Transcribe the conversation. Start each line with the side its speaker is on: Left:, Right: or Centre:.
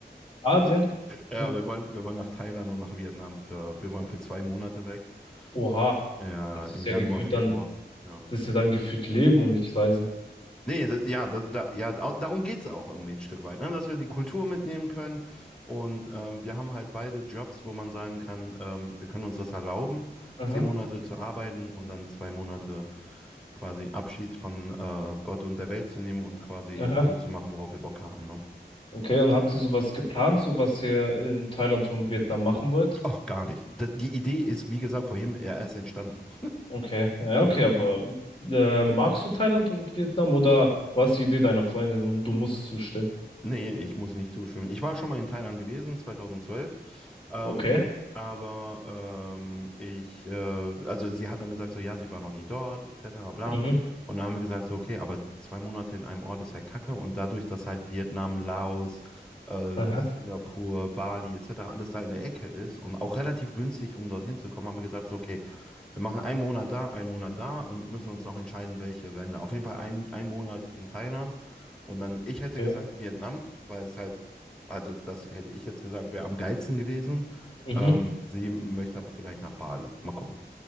Left: Asien?
Centre: ja,
Left: Hm.
Centre: wir wollen, wir wollen nach Thailand und nach Vietnam für, wir wollen für zwei Monate weg.
Left: Oha.
Centre: Ja,
Left: Das
Centre: im
Left: ist
Centre: Januar,
Left: ja gefühlt
Centre: Februar.
Left: dann,
Centre: Ja.
Left: das ist ja dann gefühlt Leben und nicht Reisen.
Centre: Nee, das, ja, da, da, ja, da- darum geht es auch irgendwie ein Stück weit, ne? Dass wir die Kultur mitnehmen können. Und ähm, wir haben halt beide Jobs, wo man sagen kann, ähm, wir können uns das erlauben,
Left: Aha,
Centre: zehn Monate zu arbeiten und dann zwei Monate quasi Abschied von äh, Gott und der Welt zu nehmen und quasi
Left: aha.
Centre: nur zu machen, worauf wir Bock haben, ne?
Left: Okay, und habt ihr sowas geplant, so was ihr in Thailand und Vietnam machen wollt?
Centre: Ach, gar nicht. Da- die Idee ist, wie gesagt, vorhin erst entstanden.
Left: Okay, ja,
Centre: Ja,
Left: okay, aber äh, magst du Thailand und Vietnam oder war es die Idee deiner Freundin und du musst zustimmen?
Centre: nee, ich muss nicht zustimmen. Ich war schon mal in Thailand gewesen, 2012. Ähm,
Left: Okay.
Centre: aber ähm, ich, äh, also sie hat dann gesagt, so, ja, sie war noch nie dort, etc., bla.
Left: Mhm.
Centre: Und dann haben wir gesagt, so, okay, aber zwei Monate in einem Ort ist halt Kacke. Und dadurch, dass halt Vietnam, Laos, äh,
Left: Aha.
Centre: Singapur, Bali, etc., alles da in der Ecke ist und auch relativ günstig, um dorthin zu kommen, haben wir gesagt, so, okay, Wir machen einen Monat da, einen Monat da und müssen uns noch entscheiden, welche Länder. Auf jeden Fall ein einen Monat in Thailand. Und dann, ich hätte
Left: Okay.
Centre: gesagt Vietnam, weil es halt, also das hätte ich jetzt gesagt, wäre am geilsten gewesen.
Left: Mhm.
Centre: Ähm, sie möchte aber vielleicht nach Bali. Mal gucken.